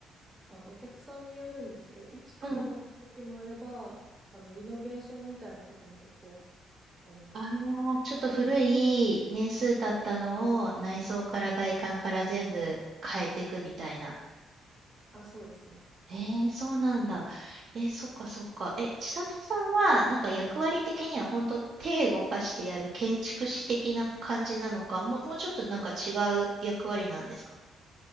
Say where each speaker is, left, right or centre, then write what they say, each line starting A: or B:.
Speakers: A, on the right; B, on the right.
A: あの、お客さんによるんですけど、一からの時もあれば、
B: うん。
A: あの、リノベーションみたいなことも結構ありますね。
B: ああ、ちょっと古い年数経ったのを内装から外観から全部変えていくみたいな。
A: あ、そうですね。
B: えー、そうなんだ。えー、そっかそっか。え、千里さんは、なんか役割的には本当手動かしてやる建築士的な感じなのか、もう、もうちょっとなんか違う役割なんですか